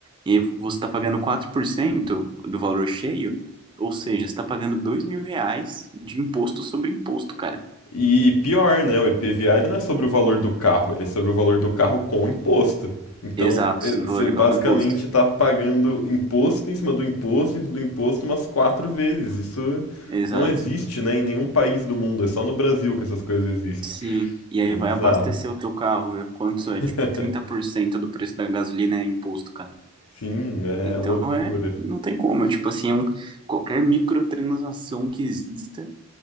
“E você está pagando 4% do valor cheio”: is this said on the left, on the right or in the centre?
Right